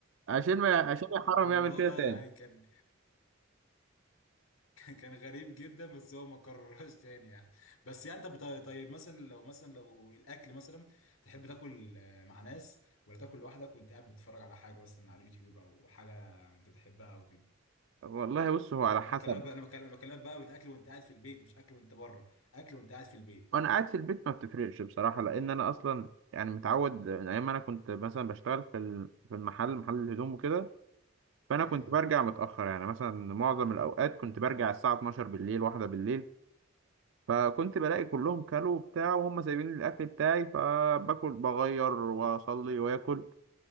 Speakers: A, on the right; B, on the left.
A: عشان ما عشان يا حرام
B: الموضوع
A: يعمل كده
B: ده
A: تاني
B: يعني كان كان غريب جدا بس هو ما كررهاش تاني يعني بس يعني طب طيب طيب مثلا لو مثلا لو الاكل مثلا تحب تاكل آه، مع ناس ولا تاكل لوحدك وانت قاعد بتتفرج على حاجه مثلا على اليوتيوب او حاجه انت بتحبها او كده
A: والله بص هو على حسب
B: انا بكلمك بقى انا بكلم- بكلمك بقى من اكل وانت قاعد في البيت مش اكل وانت بره اكل وانت قاعد في البيت
A: وانا قاعد في البيت ما بتفرقش بصراحه لان انا اصلا يعني متعود من ايام ما انا كنت مثلا بشتغل في ال- في المحل محل الهدوم وكده فانا
B: امم
A: كنت برجع متاخر يعني مثلا معظم الاوقات كنت برجع الساعه 12 بالليل واحدة بالليل فكنت بلاقي كلهم كلوا وبتاع وهم سايبين لي الاكل بتاعي فباكل بغير واصلي واكل